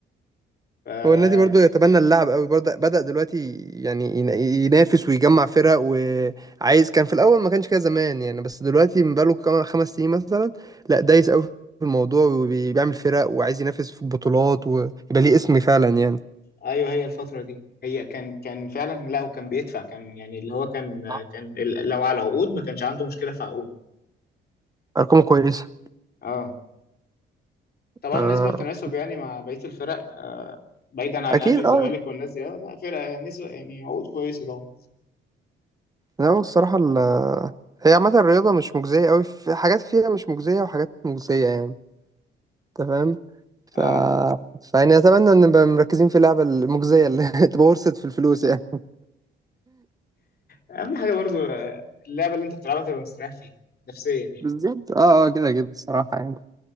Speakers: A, on the left (about 50°); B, on the right (about 20°).
A: القرد
B: هو النادي برضو يتبنى اللعب قوي برضه بدأ دلوقتي يعني ين- ينافس ويجمع فرق وعايز كان في الأول ما كانش كده زمان يعني بس دلوقتي من بقاله كام- خمس سنين مثلا لا دايس قوي في الموضوع وبيعمل فرق وعايز ينافس في بطولات ويبقى ليه اسم فعلا يعني
A: ايوه هي الفتره دي هي كان كان فعلا لا وكان بيدفع كان يعني اللي هو كان
B: آه.
A: كان ال- لو على عقود ما كانش عنده مشكله في عقود
B: أرقامه كويسة
A: اه طبعا
B: آه.
A: نسبه وتناسب يعني مع بقيه الفرق آه بعيدا عن
B: أكيد
A: الاهلي والزمالك
B: أه
A: والناس دي آه، لا فرق نسبه يعني عقود كويسه طبعا
B: لا هو الصراحة ال هي عامة الرياضة مش مجزية قوي في حاجات فيها مش مجزية وحاجات مجزية يعني تمام ف...
A: اه
B: فيعني اتمنى ان نبقى مركزين في اللعبه المجزيه اللي <laughs> تبقى ورثت في الفلوس يعني
A: اهم حاجه برضو آه، اللعبه اللي انت بتلعبها تبقى مستريح فيها نفسيا يعني
B: بالظبط اه اه كده كده الصراحه يعني